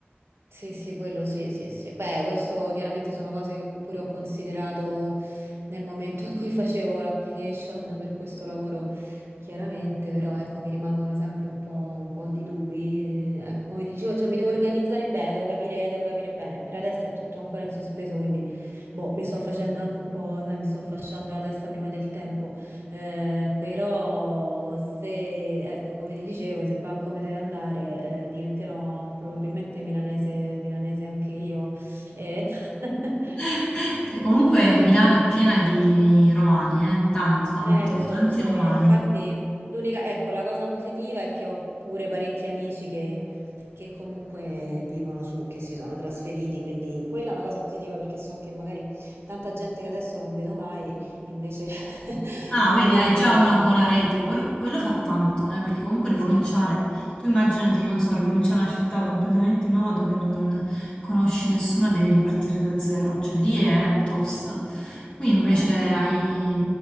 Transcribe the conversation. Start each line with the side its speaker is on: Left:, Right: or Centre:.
Right: Sì, sì, quello sì, sì, sì. Beh, questo chiaramente sono cose che pure ho considerato nel momento in cui <laughs> facevo l'application per questo lavoro, chiaramente, però ecco, mi rimangono sempre un po', un po' di dubbi. Eh, Ecco, come ti dicevo, cioè, mi devo organizzare bene, devo capire, devo capire bene. Per adesso è tutto ancora in sospeso, quindi boh, mi sto facendo anche un po', sai, mi sto fasciando la testa prima del tempo. Eh, però se, ecco, come ti dicevo, se va come deve andare, eh, diventerò probabilmente milanese, milanese anche io. Eh, <laughs>
Left: <laughs> E comunque
Right: eh,
Left: Milano è piena di romani, eh? Tanto, tanto,
Right: eh, lo so,
Left: tanti
Right: lo so.
Left: romani.
Right: Io, infatti, l'unica, ecco, la cosa positiva è che ho pure parecchi amici che, che comunque vivono su, che si sono trasferiti, quindi quella è una cosa positiva perché so che magari tanta gente che adesso non vedo mai, invece <laughs>
Left: Ah,
Right: potrebbe,
Left: vedi, hai già una buona
Right: so,
Left: rete, quello, quello fa tanto, eh, perché comunque ricominciare,
Right: sì.
Left: tu immaginati, non so, ricominciare una città completamente nuova dove non conosci nessuno e devi ripartire da zero, cioè lì è tosta. Qui invece
Right: No,
Left: hai,
Right: no, quello...